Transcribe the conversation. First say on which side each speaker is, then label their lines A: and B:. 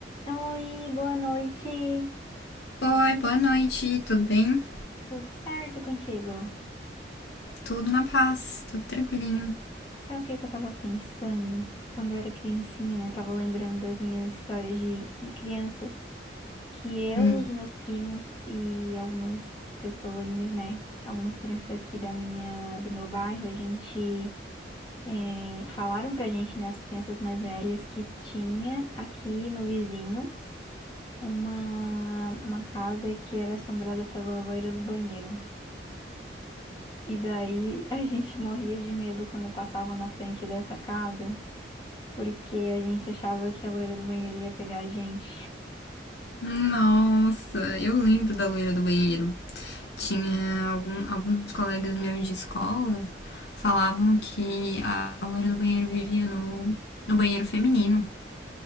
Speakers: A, on the left; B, on the left.
A: Oi, boa noite.
B: Oi, boa noite, tudo bem?
A: Tudo certo contigo?
B: Tudo na paz, tudo tranquilinho.
A: Sabe o que que eu tava pensando quando eu era criancinha, né? Tava lembrando das minhas histórias de, de criança, que eu,
B: Hum.
A: os meus primos e algumas pessoinhas, né? Algumas crianças aqui da minha, do meu bairro, a gente eh, falaram pra gente, né, as crianças mais velhas, que tinha aqui no vizinho uma, uma casa que era assombrada pela loira do banheiro. E daí a gente morria de medo quando passava na frente dessa casa, porque a gente achava que a loira do banheiro ia pegar a gente.
B: Nossa, eu lembro da loira do banheiro. Tinha algum, alguns colegas meus de escola falavam que a loira do banheiro vivia no, no banheiro feminino.